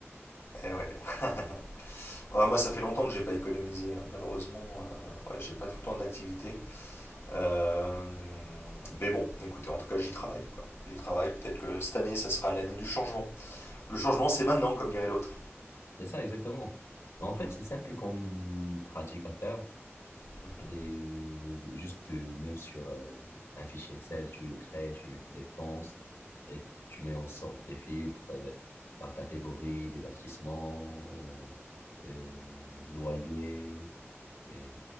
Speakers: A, on the left; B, on the left.
A: Eh ouais. <laughs> Ouais, moi, ça fait longtemps que j'ai pas économisé, hein. Malheureusement, euh, ouais, j'ai pas tout le temps d'activité. Euh, mais bon, écoutez, en tout cas, j'y travaille, quoi. J'y travaille. Peut-être que cette année, ça sera l'année du changement. Le changement, c'est maintenant, comme dirait l'autre.
B: C'est ça, exactement. Mais en fait,
A: Mm,
B: c'est simple comme pratique à faire.
A: mhm.
B: Et de- juste de- même sur euh, un fichier Excel, tu le crées, tu mets tes dépenses et tu mets en sorte des filtres euh, par catégorie, divertissement, euh, loyer, et